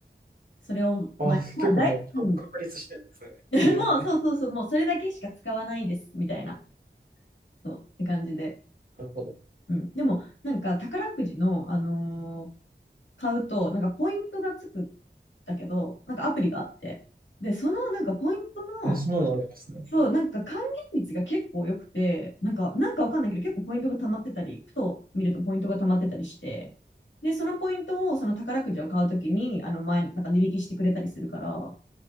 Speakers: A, on the left; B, on the right.
A: それを前、
B: あ、
A: まあ、
B: 結構もうちゃんと確立してるんですね。
A: だい、うん。<laughs> もう、
B: ええ、
A: そうそうそう、もうそれだけしか使わないです、みたいな、そう、って感じで。
B: なるほど。
A: うん。でも、なんか、宝くじの、あのー買うと、なんかポイントがつくんだけど、なんかアプリがあって。で、そのなんかポイントの、
B: えーそんなのあるんですね。
A: そう、なんか還元率が結構良くて、なんか、なんかわかんないけど、結構ポイントが溜まってたり、ふと見るとポイントが溜まってたりして、で、そのポイントを、その宝くじを買うときに、あの前、なんか値引きしてくれたりするから、